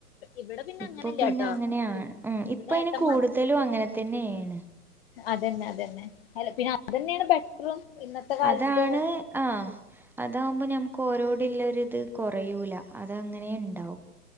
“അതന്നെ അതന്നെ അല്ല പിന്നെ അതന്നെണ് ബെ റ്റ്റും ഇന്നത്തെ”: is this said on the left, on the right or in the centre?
Left